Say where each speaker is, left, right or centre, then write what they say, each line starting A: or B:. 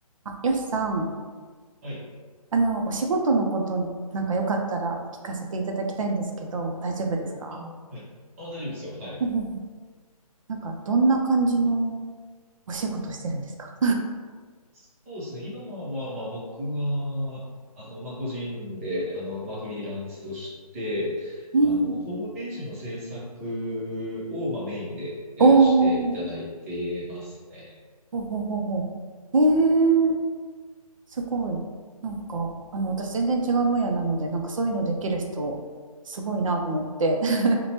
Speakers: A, on the right (about 60°); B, on the right (about 25°).
A: あ、よしさん、
B: はい。
A: あの、お仕事のこと、なんかよかったら聞かせていただきたいんですけど、大丈夫ですか
B: あ、はい。あ、大丈夫ですよ。はい。
A: うんうんなんか、どんな感じのお仕事してるんですか
B: そうですね。今は、まあ僕は、あの、まあ個人で、あの、まあフリーランスとして、
A: うん
B: あの、ホームページの制作を、まあメインでやらせていただいてますね。
A: おー、ほうほうほうほう。えー、すごい。なんか、あの、私全然違う分野なので、なんかそういうのできる人、すごいなと思って。<laughs>